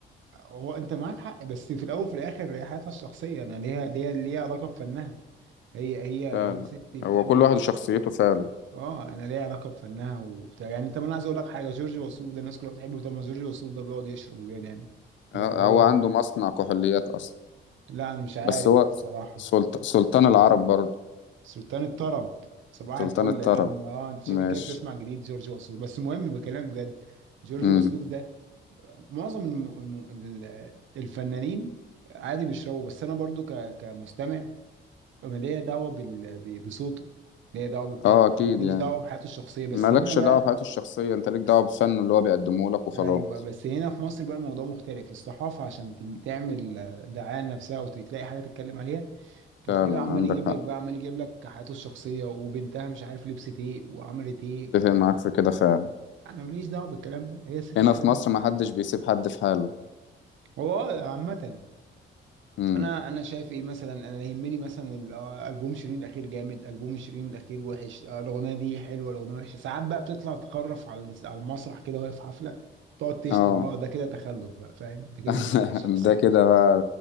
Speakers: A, on the right (about 75°); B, on the left (about 70°).
A: هو انت معاك حق بس في الاول وفي الاخر هي حياتها الشخصيه انا ليها ليها ليها علاقه بفنها هي هي
B: فعلا
A: هي ستي بتعمل
B: هو كل واحد وشخصيته فعلا
A: اه انا ليها علاقه بفنها وبتاع يعني انت ما انا عايز اقول لك حاجه جورج وسوف ده الناس كلها بتحبه طب ما جورج وسوف ده بيقعد يشرب وبينام ولا
B: آه،
A: هو
B: هو عنده مصنع كحوليات اصلا
A: لا انا مش عارف
B: بس هو
A: دي الصراحه
B: سلط... سلطان العرب برضه
A: سلطان الطرب صباح
B: سلطان
A: الفل
B: الطرب
A: يا عم اه انت شكلك
B: ماشي
A: كده بتسمع جديد جورج وسوف بس المهم بكلمك بجد جورج
B: امم
A: وسوف ده معظم الم... الم- ال- الفنانين عادي بيشربوا بس انا برضو ك... كمستمع انا ليا دعوه بال... ب... بصوته ليا دعوه ببتاع
B: اه اكيد
A: لكن ماليش
B: يعني
A: دعوه بحياته الشخصيه بس
B: مالكش
A: هنا بقى
B: دعوه بحياته الشخصيه انت ليك
A: بس
B: دعوه بفنه اللي هو بيقدمه لك وخلاص
A: ايوه بس هنا في مصر بقى الموضوع مختلف الصحافه عشان ت- تعمل دعايه لنفسها او تلاقي حاجه تتكلم عليها فتلاقيه
B: فعلا
A: عمال
B: عندك
A: يجيب لك
B: حق
A: بقى عمال يجيب لك حياته الشخصيه وبنتها مش عارف لبست ايه وعملت ايه
B: اتفق معاك في كده فعلا
A: انا ماليش دعوه بالكلام ده هي الست
B: هنا
A: بتعمل
B: في مصر ما حدش بيسيب حد في حاله
A: هو آه، عامه
B: امم
A: فانا انا شايف ايه مثلا انا يهمني مثلا ال- آه، البوم شيرين الاخير جامد البوم شيرين الاخير وحش آه، الاغنيه دي حلوه الاغنيه وحشه ساعات بقى بتطلع تخرف على الاس- على المسرح كده وهي في حفله تقعد تشتم
B: اه
A: اه ده كده تخلف بقى فاهم ده كده
B: <laughs>
A: دي مش حاجه شخصيه
B: ده كده
A: دي ده
B: بقى
A: كده